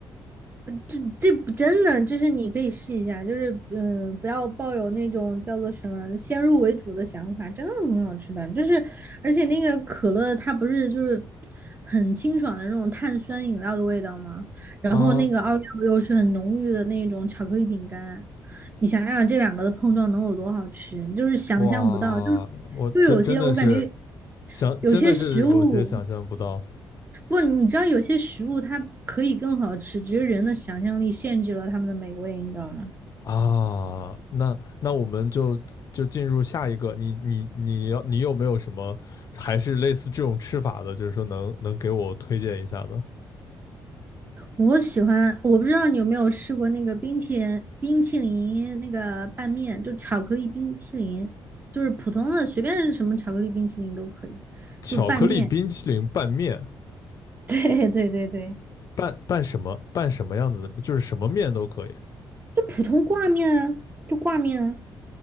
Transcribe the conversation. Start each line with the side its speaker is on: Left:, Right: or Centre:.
Right: 这这不真的，就是你可以试一下，就是嗯、呃不要抱有那种叫做什么先入为主的想法，真的很好吃的。就是而且那个可乐它不是就是很清爽的那种碳酸饮料的味道吗？然后那个奥利奥又是很浓郁的那种巧克力饼干，
Left: 啊！
Right: 你想想这两个的碰撞能有多好吃，你就是想象不到。
Left: 哇，
Right: 就是
Left: 我真真的是
Right: 就有些我感觉
Left: 想，
Right: 有些食物。
Left: 真的是有些想象不到
Right: 不，你知道有些食物它可以更好吃，只是人的想象力限制了它们的美味，你知道吗？
Left: 啊！那那我们就就进入下一个，你你你要你有没有什么还是类似这种吃法的，就是说能能给我推荐一下的？
Right: 我喜欢，我不知道你有没有试过那个冰淇淋冰淇淋那个拌面，就巧克力冰淇淋，就是普通的随便什么巧克力冰淇淋都可以，
Left: 巧克力冰淇淋拌面。
Right: 就拌面。<laughs> 对对对对，
Left: 拌拌什么拌什么样子的，就是什么面都可以，
Right: 就普通挂面啊，就挂面啊。